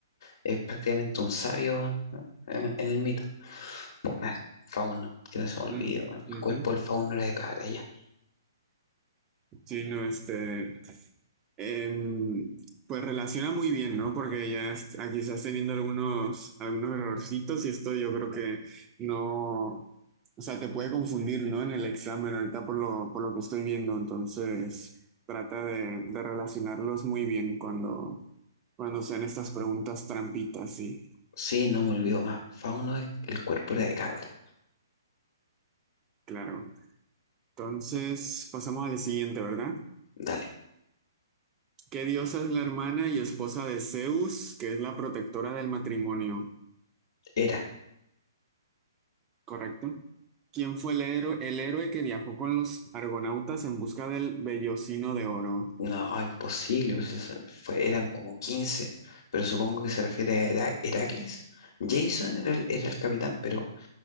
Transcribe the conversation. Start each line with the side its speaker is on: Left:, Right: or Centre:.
Left: es prácticamente un sabio en, en el mito. Nah, fauno, que no se me olvide,
Right: Mm,
Left: weón. El
Right: ujú.
Left: cuerpo del fauno era de cabra, ya.
Right: Sí, no, este. em, pues relaciona muy bien, ¿no? Porque ya es- aquí estás teniendo algunos, algunos errorcitos y esto yo creo que no, o sea, te puede confundir, ¿no? En el examen ahorita por lo, por lo que estoy viendo, entonces trata de, de relacionarlos muy bien cuando, cuando sean estas preguntas trampitas, sí,
Left: Sí, no me olvido más. Fauno es el cuerpo era de cabra.
Right: claro. Entonces pasamos al siguiente, ¿verdad?
Left: Dale,
Right: ¿Qué diosa es la hermana y esposa de Zeus, que es la protectora del matrimonio?
Left: era.
Right: Correcto. ¿Quién fue el héroe, el héroe que viajó con los argonautas en busca del vellocino de oro?
Left: No, imposible. pues, eso fue- eran como quince Pero supongo que se refiere a Hera- Heracles. Jason era el, era el capitán, pero